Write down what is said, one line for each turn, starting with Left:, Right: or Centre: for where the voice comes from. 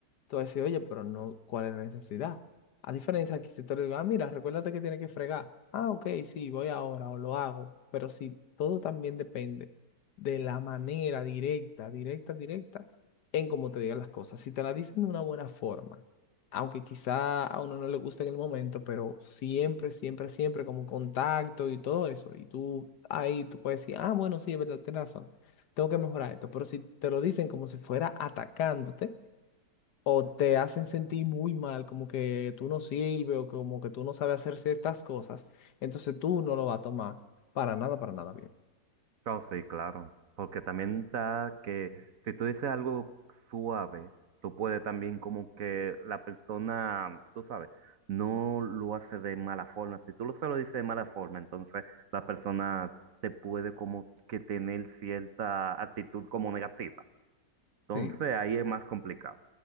Left: Tú vas a decir, oye, pero no, ¿cuál es la necesidad? A diferencia que si te lo digo, ah, mira, recuérdate que tienes que fregar. Ah, ok, sí, voy ahora o lo hago, pero si todo también depende de la manera directa, directa, directa, en cómo te digan las cosas. Si te la dicen de una buena forma aunque quizá a uno no le guste en el momento, pero siempre, siempre, siempre como contacto y todo eso. Y tú ahí tú puedes decir, ah, bueno, sí, es verdad, tienes razón, tengo que mejorar esto. Pero si te lo dicen como si fuera atacándote o te hacen sentir muy mal, como que tú no sirves o como que tú no sabes hacer ciertas cosas, entonces tú no lo vas a tomar para nada, para nada bien.
Right: No, sí, claro, porque también da que si tú dices algo suave, tú puedes también como que la persona, tú sabes, no lo hace de mala forma. Si tú lo se lo dices de mala forma, entonces la persona te puede como que tener cierta actitud como negativa. Entonces
Left: Sí.
Right: ahí es más complicado.